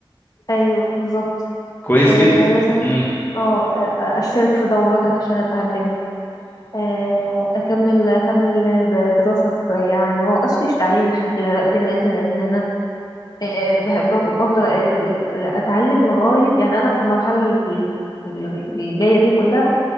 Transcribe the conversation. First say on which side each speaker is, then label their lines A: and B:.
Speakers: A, on the left; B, on the left.
A: ايوه بالظبط
B: كويس
A: آه،
B: جدا
A: يعني مثلا
B: امم
A: اه آه، اشترك في دورات عشان اتعلم آه، اكمل اكمل دراسة في يعني ما وقفتش تعليم لحد دلوقتي هذا لان انا آه، بحب- بفضل ال- ال- اتعلم لغايه يعني انا في المرحله ال- ال- اللي جايه دي كلها